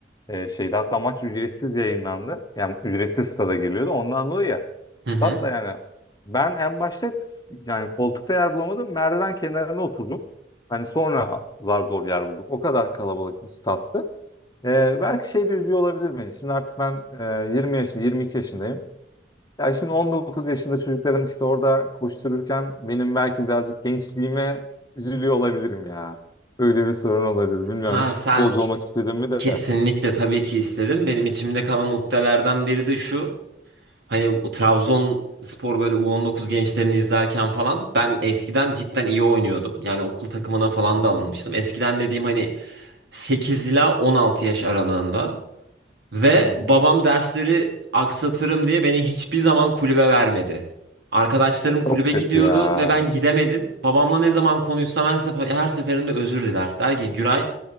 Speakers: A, on the left; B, on the right.
A: e, şeydi. Hatta maç ücretsiz yayınlandı. Yani ücretsiz stada giriliyordu. Ondan dolayı ya
B: Hı
A: stat
B: hı.
A: da yani ben en başta s- yani koltukta yer bulamadım. Merdiven kenarına oturdum. Hani sonra zar zor yer bulduk. O kadar kalabalık bir stattı. Ee, belki şey de üzüyor olabilir beni. Şimdi artık ben e, 20 yaşında, 22 yaşındayım. Ya şimdi 19 yaşında çocukların işte orada koştururken benim belki birazcık gençliğime üzülüyor olabilirim ya. Öyle bir sorun olabilir. Bilmiyorum
B: Ha
A: hiç
B: sen
A: futbolcu olmak istedim mi de.
B: kesinlikle tabii ki istedim. Benim içimde kalan ukdelerden biri de şu. Hani o Trabzonspor böyle U19 gençlerini izlerken falan ben eskiden cidden iyi oynuyordum. Yani okul takımına falan
A: Hı hı,
B: da alınmıştım. Eskiden dediğim hani 8 ila 16 yaş aralığında. Ve
A: hı hı.
B: babam dersleri aksatırım diye beni hiçbir zaman kulübe vermedi. Arkadaşlarım
A: Çok
B: kulübe
A: kötü
B: gidiyordu
A: ya.
B: ve ben gidemedim. Babamla ne zaman konuşsam her sefer, her seferinde özür diler. Der ki Güray